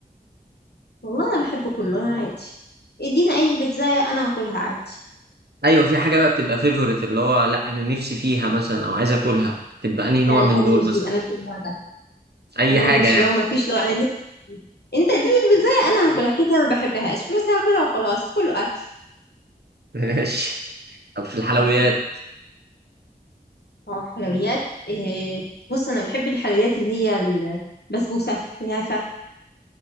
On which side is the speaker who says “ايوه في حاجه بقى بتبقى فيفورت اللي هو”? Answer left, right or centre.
Right